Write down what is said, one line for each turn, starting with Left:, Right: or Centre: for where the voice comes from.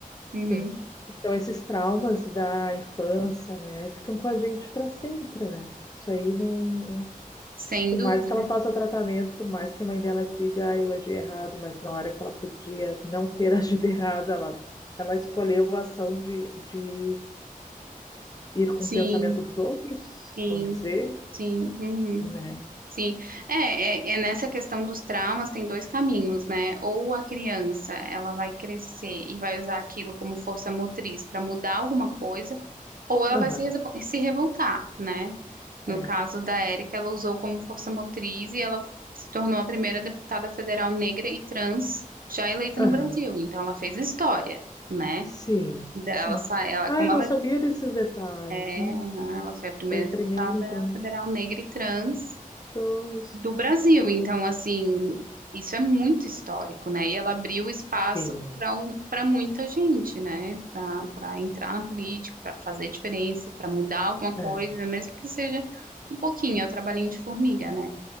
Right: Uhum.
Left: Sim. Então, esses traumas da infância, né, ficam com a gente para sempre, né? Isso aí não.
Right: Sem
Left: Por
Right: dúvida.
Left: mais que ela faça tratamento, por mais que a mãe dela diga, ah, eu agi errado, mas na hora que ela podia não ter <laughs> agido errado, ela, ela escolheu a ação de, de ir com
Right: Sim,
Left: o pensamento dos outros,
Right: sim,
Left: vamos dizer,
Right: sim, uhum,
Left: né?
Right: sim. É, é, é nessa questão dos traumas tem dois caminhos, né? Ou a criança, ela vai crescer e vai usar aquilo como força motriz para mudar alguma coisa, ou ela
Left: Aham,
Right: vai se, resvo- se revoltar, né? No
Left: é.
Right: caso da Érica, ela usou como força motriz e ela se tornou a primeira deputada federal negra e trans já eleita
Left: Aham,
Right: no Brasil. Então, ela fez história, né?
Left: sim.
Right: Ela
Left: é.
Right: sai, ela,
Left: Ah,
Right: como
Left: eu não
Right: ela
Left: sabia desses detalhes,
Right: é,
Left: né?
Right: aham, ela foi a primeira
Left: Foi a primeira,
Right: deputada
Left: então.
Right: federal negra e trans
Left: Show, isso.
Right: do Brasil.
Left: Legal.
Right: Então, assim, isso é muito histórico, né? E ela abriu espaço
Left: Sim,
Right: para um, para muita gente, né? Para para entrar na política, para fazer diferença, para mudar alguma coisa,
Left: é,
Right: mesmo que seja um pouquinho, é o trabalhinho de formiga, né?